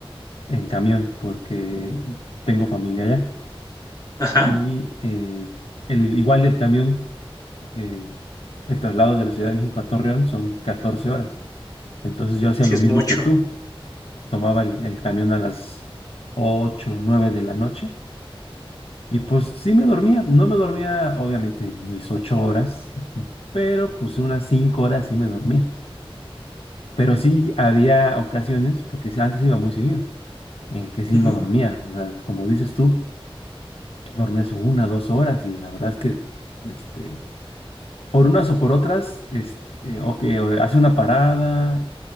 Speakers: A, on the left; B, on the left.
A: en camión porque tengo familia allá.
B: ajá,
A: Y eh, el, igual el camión, eh, el traslado de la Ciudad de México a Torreón son 14 horas. Entonces yo hacía
B: sí
A: lo
B: es
A: mismo
B: mucho.
A: que tú. Tomaba el, el camión a las 8 9 de la noche y pues sí me dormía. No me dormía obviamente mis 8 horas, pero pues unas 5 horas sí me dormía. Pero sí había ocasiones, porque sí, antes iba muy seguido, en que sí
B: Ujú,
A: no dormía. O sea, como dices tú, dormías una, dos horas y la verdad es que este, por unas o por otras, este, o que o hace una parada,